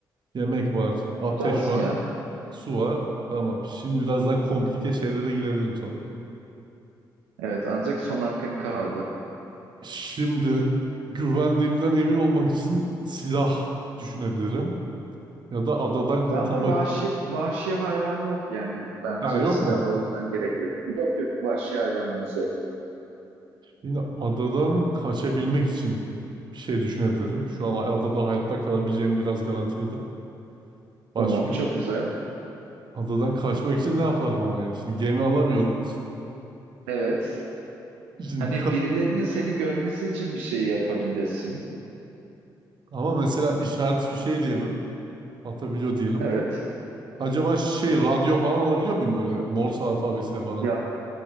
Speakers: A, on the right; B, on the right.
A: Yemek var. Ateş
B: Tutarsın
A: var.
B: ya.
A: Su var. Tamam. Şimdi biraz daha komplike şeylere girebilirim sanırım.
B: Evet ancak son hakkın kaldı.
A: Şimdi güvenliğimden emin olmak için silah düşünebilirim. Ya da adadan kurtulmak.
B: Ve Ama vahşi vahşi hayvan yok yani. Bence
A: Ha, yok
B: silah
A: mu?
B: o yüzden gerek yok. Yok yok vahşi hayvanımız yok.
A: Yine adadan kaçabilmek için bir şey düşünebilirim. Şu an adada hayatta kalabileceğimi biraz garantiledim. Başka?
B: Tamam çok güzel.
A: Adadan kaçmak için ne yaparım ama yani? Şimdi gemi alamıyorum.
B: Evet.
A: <laughs> Şimdi
B: Hani
A: ka-
B: birilerinin seni görmesi için bir şey yapabilirsin.
A: ama mesela işaret fişeği diyelim. Atabiliyor diyelim.
B: Evet.
A: Acaba şey radyo falan alabiliyor muyum böyle Morse alfabesiyle falan?
B: Ya